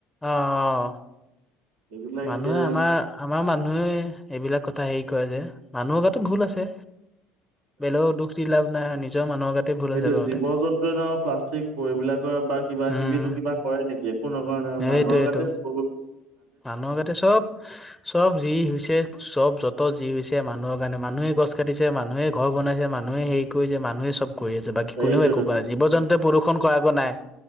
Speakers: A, in the centre; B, on the right.
A: অ', অ',
B: এইবিলাক
A: মানুহে
B: এতিয়া
A: আমাৰ আমাৰ মানুহে এইবিলাক কথা এ হেৰি কয় যে মানুহৰ গো ভুল আছে বেলেগৰ দুখ দি লাভ নাই নিজৰ মানুহৰ গাতে ভুল
B: সেইটো
A: আছে বাৰুতে।
B: জীৱ জন্তুৱে ন প্লাষ্টিক এইবিলাকৰ বা কিবা
A: উম,
B: কিবি কিবা কৰে নেকি একো নকৰে মান
A: সেইটোৱেটো।
B: মানুহৰ গাতে ভূল
A: মানুহৰ আগাতে চব চব যি হৈছে চব যত যি হৈছে মানুহৰ কাৰণে মানুহে গছ কাটিছে মানুহে ঘৰ বনাইছে মানুহে হেৰি কৰিছে মানুহে চব কৰি আছে বাকী
B: সেইটোৱেতো
A: কোনেও একো কৰাৱা নাই জীৱ জন্তুে প্ৰদূষণ কৰাকো নাই।